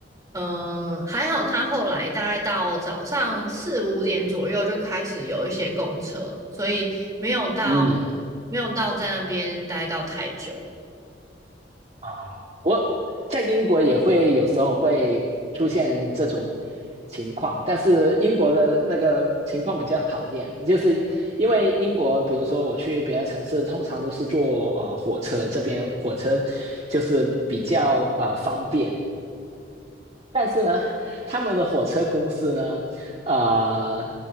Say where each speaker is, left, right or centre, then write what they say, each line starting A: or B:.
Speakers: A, on the right; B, on the right.
A: 嗯、还好他后来大概到早上四五点左右就开始有一些公车，所以没有到没有到在那边待到太久。
B: 嗯啊，我我在英国也会有时候会出现这种情况，但是英国的那个情况比较讨厌，就是因为英国，比如说我去别的城市，通常都是坐呃火车，这边火车就是比较呃方便，但是呢，他们的火车公司呢，呃，